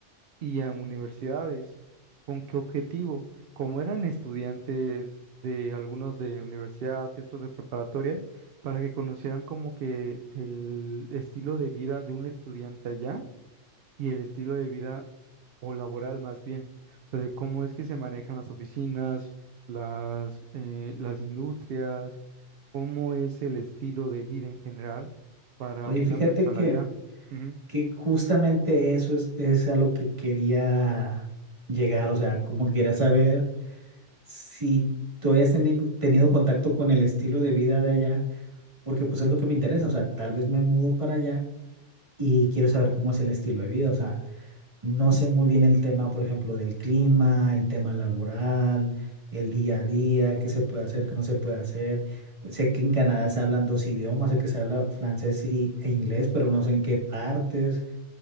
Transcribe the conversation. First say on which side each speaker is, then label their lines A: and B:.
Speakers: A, on the right; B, on the right.
A: y a universidades. ¿Con qué objetivo? Como eran estudiantes de algunos de universidad y otros de preparatoria, para que conocieran como que el estilo de vida de un estudiante allá y el estilo de vida o laboral más bien, o sea, de cómo es que se manejan las oficinas, las, eh, las industrias, cómo es el estilo de vida en general para
B: Oye,
A: una
B: fíjate
A: persona
B: que
A: allá. Ujú.
B: que justamente eso es, es a lo que quería llegar, o sea, como que quería saber si tú habías teni- tenido contacto con el estilo de vida de allá, porque pues es lo que me interesa, o sea, tal vez me mudo para allá y quiero saber cómo es el estilo de vida, o sea, no sé muy bien el tema, por ejemplo, del clima, el tema laboral, el día a día, qué se puede hacer, qué no se puede hacer. Sé que en Canadá se hablan dos idiomas, sé que se habla francés y, e inglés, pero no sé en qué partes.